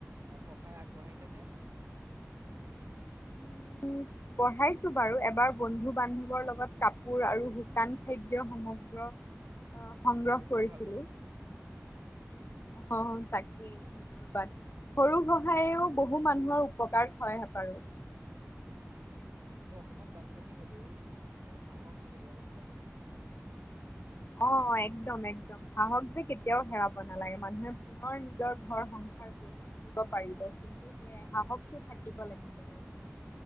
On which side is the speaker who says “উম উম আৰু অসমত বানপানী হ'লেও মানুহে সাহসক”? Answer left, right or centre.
Right